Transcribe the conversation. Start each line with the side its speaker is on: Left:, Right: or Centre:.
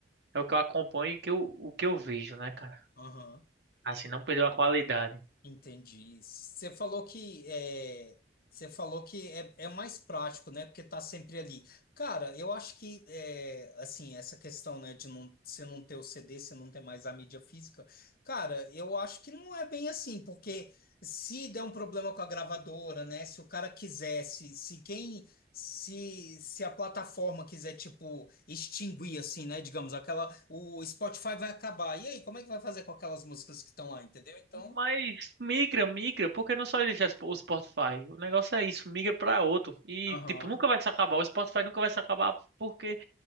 Right: é o que eu acompanho e que eu, o que eu vejo, né, cara?
Left: Aham.
Right: Assim, não perdeu a qualidade.
Left: Entendi. Você falou que é, você falou que é, é mais prático, né? Porque tá sempre ali. Cara, eu acho que é, assim, essa questão, né, de não, você não ter o CD, você não ter mais a mídia física, cara, eu acho que não é bem assim, porque se der um problema com a gravadora, né? Se o cara quisesse, se quem Se, se a plataforma quiser, tipo, extinguir, assim, né? Digamos, aquela. O Spotify vai acabar. E aí, como é que vai fazer com aquelas músicas que estão lá, entendeu? Então.
Right: Mas migra, migra, porque não só existe as- o Spotify. O negócio é isso, migra pra outro. E,
Left: Aham.
Right: tipo, nunca vai se acabar. O Spotify nunca vai se acabar, porque